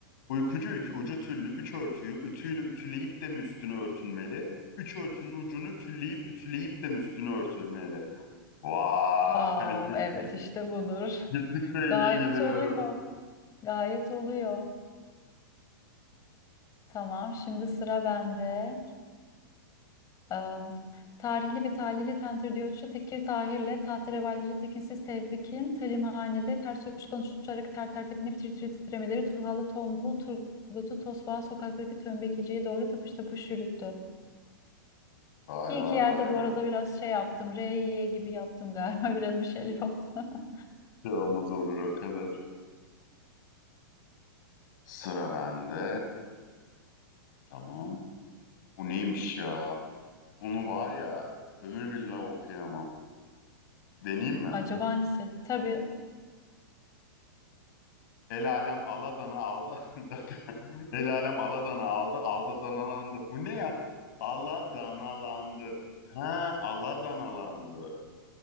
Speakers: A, on the left; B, on the left.
A: Uykucu ülkü ucu tüllü üç örtüyü ütüyle ütüleyip de mi üstünü örtünmeli? Üç örtünün ucunu tülleyip ütüleyip de mi üstünü örtülmeli? Vay!
B: Wow, evet
A: <laughs>
B: işte budur.
A: Gittikçe
B: <laughs>
A: iyiye
B: Gayet
A: gidiyorum.
B: oluyor. Gayet oluyor. Tamam, şimdi sıra bende. Am, tarihli ve talihli Tentir Diyotçu Tekir Tahir'le Tahterevallici Tekinsiz Tevfik'in Talimhanede ters söz konuşarak ter ter tepinip tir tir titremeleri Turhalı Tombul Turgut'u Tosbağa sokaktaki tömbekiciye doğru tapış tapış yürüttü.
A: Vay
B: Bir iki
A: vay
B: yerde
A: vay
B: bu
A: vay.
B: arada biraz şey yaptım. R, Y gibi yaptım galiba. <laughs> Biraz bir şeyler oldu. <laughs>
A: Bir Yolumuz olur o kadar. Sıra bende. Tamam. Bu neymiş ya? Bunu var ya ömür billah okuyamam. Deneyeyim mi?
B: Acaba hangisi? Tabii.
A: El alem Aladan'ı aldı. <laughs> El alem Aladan'ı aldı. Aldana'landı. Bu ne ya? Aladana'landı. Ha, Aladana'landı.